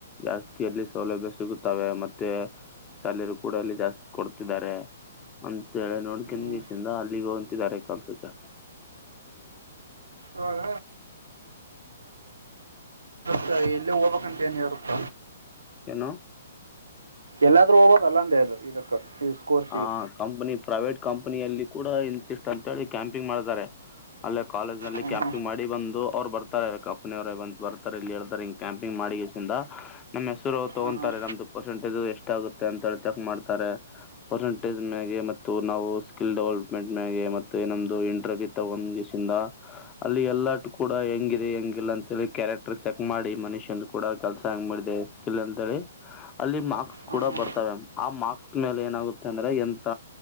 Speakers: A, on the left (about 25°); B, on the right (about 85°).
A: ಜಾಸ್ತಿಯಲ್ಲಿ ಸೌಲಭ್ಯ ಸಿಗುತ್ತವೆ ಮತ್ತೆ ಸ್ಯಾಲರಿ ಕೂಡಾ ಅಲ್ಲಿ ಜಾಸ್ತಿ ಕೊಡ್ತಿದ್ದಾರೆ ಅಂತ ಹೇಳಿ ನೋಡ್ಕೊಂಡ್ದೀಸಿಂದ
B: ಹ್ಮ್
A: ಅಲ್ಲಿಗ್ ಹೋಗ್ತಿದಾರೆ ಕೆಲ್ಸಕ್ಕೆ
B: ಇವಾಗ ಮತ್ತ ಇಲ್ಲೇ ಹೋಗ್ಬೇಕಂತ ಏನ ಇರತ್ತ
A: ಏನೋ
B: ಎಲ್ಲಾದ್ರೂ ಹೋಗೋದಲಾ ಅಂದೆ ಇದು ಇದಕ್ ಈ ಕೋರ್ಸಿಗೆ
A: ಆ ಕಂಪನಿ ಪ್ರೈವೇಟ್ ಕಂಪನಿಯಲ್ಲಿ ಕೂಡ ಇಂತಿಷ್ಟ್ ಅಂತ ಹೇಳಿ ಕ್ಯಾಂಪಿಂಗ್ ಮಾಡ್ತಾರೆ ಅಲ್ಲೇ ಕಾಲೇಜ್ ನಲ್ಲಿ
B: ಹ್ಮ್
A: ಕ್ಯಾಂಪಿಂಗ್ ಮಾಡಿ ಬಂದು ಅವ್ರು ಬರ್ತಾರೆ ಕಂಪನಿ ಅವರ ಬರ್ತಾರೆ ಇಲ್ಲಿ ಹೇಳ್ತಾರೆ ಇಂಗೆ ಕ್ಯಾಂಪಿಂಗ್ ಮಾಡಿಸಿಂದ ನಮ್ಮ್ ಹೆಸರು ತಗೊಂತಾರೆ
B: ಹ್ಮ್ ಹ್ಮ್
A: ನಮ್ದು ಪರ್ಸೆಂಟೇಜ್ ಎಷ್ಟ ಆಗುತ್ತೆ ಅಂತ ಹೇಳಿ ಚೆಕ್ ಮಾಡ್ತಾರೆ ಪರ್ಸೆಂಟೇಜ್ ಮ್ಯಾಗೆ ಮತ್ತು ನಾವು ಸ್ಕಿಲ್ ಡೆವಲಪ್ಮೆಂಟ್ ಮ್ಯಾಗೆ ಮತ್ತು ನಿಮ್ದು ಇಂಟರ್ವ್ಯೂ ಇ ತಗೊ್ ದಿವ್ಸಿಂದ ಅಲ್ಲಿ ಎಲ್ಲಾಟ ಕೂಡ ಹೆಂಗ ಇದೆ ಹೆಂಗಿಲ್ಲ ಅಂತಿ ಕ್ಯಾರೆಕ್ಟರ್ ಚೆಕ್ ಮಾಡಿ ಮನುಷ್ಯ ಕೂಡ ಕೆಲಸ ಹಂಗ ಮಾಡಿದೆ ಸ್ಕಿಲ್ ಅಂತಿ ಅಲ್ಲಿ ಮಾರ್ಕ್ಸ್
B: ಹ್ಮ್
A: ಕೂಡ
B: ಹ್ಮ್
A: ಬರ್ತವೆ ಆ ಮಾರ್ಕ್ಸ್ ಮೇಲೆ ಏನುತ್ತ ಅಂದ್ರೆ ಎಂತ